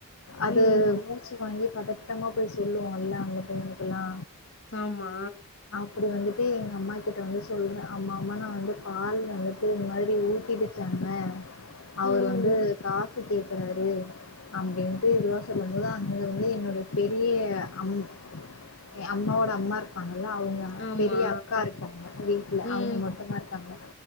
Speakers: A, on the left; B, on the left.
A: ம்
B: அது மு ச்சி வாங்கி பதட்டமா போய் சொல்லுவோல்ல அந்த டைமுக்குல்லா
A: ஆமா
B: ப்புடி வந்துட்டு எங்க அம்மாக்கிட்ட வந்து சொல்ற அம்மா அம்மா நா வந்து பால் வந்துட்டு இந்த மாரி ஊத்திடுச்சு அங்க அவரு
A: ம்
B: வந்து காசு கேக்குறாரு அப்டின்ட்டு இதுவா சொல்லும் போது அங்க வந்து என்ன பெரிய அம் எ அம்மாவோட அம்மா இருக் ப்பாங்கல்ல அவுங்க
A: ஆமா
B: பெரிய அக்கா இருக்காங்க வீட்ல
A: ம்
B: அவுங்க மட்டுந்தா இருக்காங்க